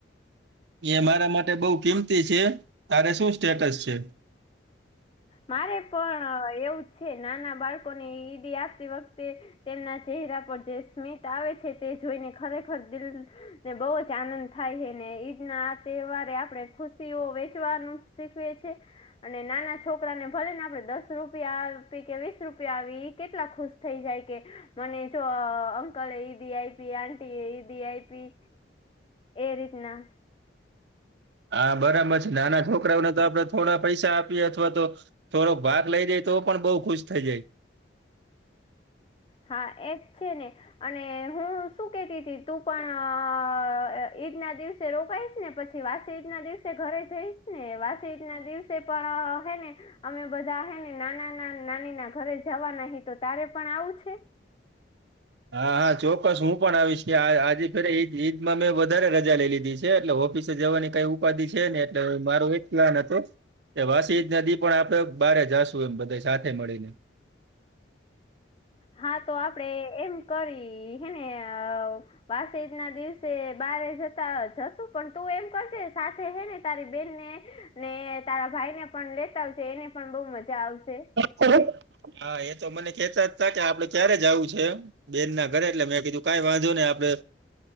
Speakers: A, on the right; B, on the left.
A: એ મારા માટે બઉ કિંમતી છે તારે શું સ્ટેટસ છે
B: મારે પણ એવુંજ છે નાના બાળકો ને ઈડી આપતી વખતે તેમના ચહેરા પર જે સ્મિત આવે છે તે જોઈને ખરેખર દિલ ને બહુ જ આનંદ થાય છે ને ઈદ ના આ તહેવારે આપણે ખુશીઓ વેચવાનું શીખવે છે અને નાના છોકરાને ભલે ને આપણે દસ રૂપિયા આપી કે વીસ રૂપિયા આવી એ કેટલા ખુશ થઈ જાય કે મને જો અંકલે ઈદીી આપી આંટીી એ ઈદીી આપી એ રીતના
A: હા બરાબર છે નાના છોકરાઓને તો આપડે થોડા પૈસા આપીએ અથવા તો થોડોક ભાગ લઇ જાય તો પણ બઉુ ખુશ થઇ જાય
B: હા એજ છે ને અને હું શું કેતી હતીી તું પણ ઈદ ના દિવસ રોપઇશ ને પછી વાસજના દિવસે ઘરે જઈશ ને વાસીજના દિવસે પણ હે ને અમે બધા હ ને નાના ના નાની ના ઘરે જવા નહિ તો તારે પણ આવું છે
A: હા હા ચોક્કસ હું પણ આવીશ આજે ફે ઈદમાં મેં વધારે રજા લઈ લીધી છે એટલે ઓફિસ જવાની કઈ ઉપાધિ છે ને એટલે મારું એક પ્લાન હતું એ વાસીજ નદી પણ આપડે બારે જાશું એમ બધા સાથે મળીને
B: હા તો આપડે એમ કરી હેને પાસેજ ના દિવસે બારે જતા જશુ પણ તું એમ કરશે સાથે હે ને તારી બેન ને ને તારા ભાઈ ને પણ લેતા આવશે એને પણ બહ મજા આવશે
A: હા એ તો મને કેતા જ ત કે આપડે ક્યારે જવું છે બેન ના ઘરે એટલે મેં કીધું કઈ વાંધો નને આપડે